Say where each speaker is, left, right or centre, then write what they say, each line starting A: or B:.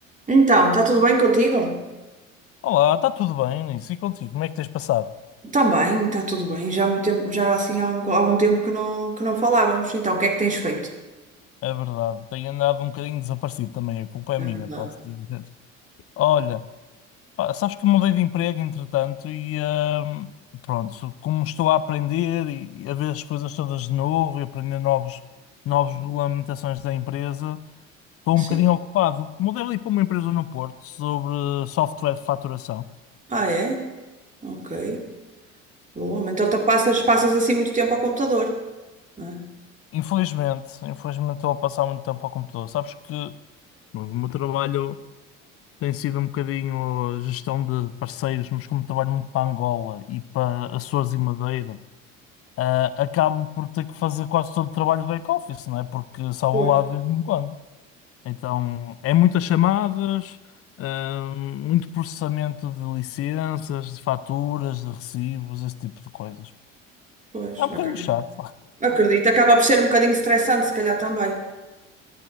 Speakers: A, on the right; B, on the left.
A: Então, está tudo bem contigo?
B: Olá, está tudo bem, Nisso? E contigo? Como é que tens passado?
A: Também, está tudo bem. Já há muito tempo, já assim há algum algum tempo que não, que não falávamos. Então, o que é que tens feito?
B: É verdade, tenho andado um bocadinho desaparecido também, a culpa
A: É
B: é minha,
A: verdade.
B: posso dizer. Olha, pá, sabes que mudei de emprego entretanto e hum, pronto, como estou a aprender e a ver as coisas todas de novo e aprender novos, novas regulamentações da empresa, estou
A: Sim.
B: um bocadinho ocupado. Mudei ali para uma empresa no Porto sobre software de faturação.
A: Ah, é? Ok. Bom, então tu passas, passas assim muito tempo ao computador, não é?
B: Infelizmente, infelizmente estou a passar muito tempo ao computador. Sabes que o meu trabalho. tem sido um bocadinho a gestão de parceiros, mas como trabalho muito para Angola e para Açores e Madeira, ah, acabo por ter que fazer quase todo o trabalho de back-office, não é? Porque só
A: Pois.
B: vou lá de vez em quando. Então, é muitas chamadas, ah, muito processamento de licenças, de faturas, de recibos, esse tipo de coisas.
A: Pois,
B: É um bocadinho
A: acaba.
B: chato.
A: Acredito, acaba por ser um bocadinho estressante, se calhar também.